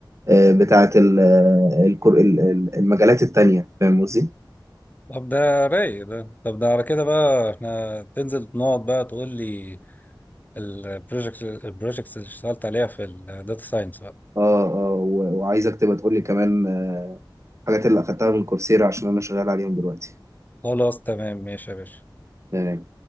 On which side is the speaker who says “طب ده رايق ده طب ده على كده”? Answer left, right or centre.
Left